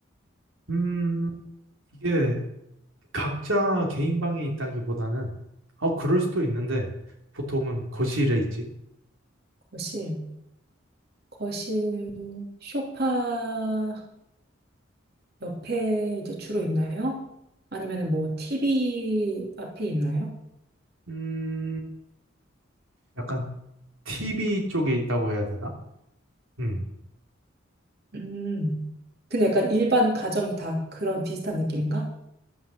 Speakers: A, on the right (about 85°); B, on the right (about 55°).
A: 음, 이게 각자 개인 방에 있다기보다는, 어, 그럴 수도 있는데, 보통은 거실에 있지.
B: 거실. 거실, 소파 옆에 이제 주로 있나요? 아니면 뭐 TV 앞에 있나요?
A: 음, 약간 TV 쪽에 있다고 해야 되나? 음,
B: 음, 근데 약간 일반 가정이 다 그런 비슷한 느낌인가?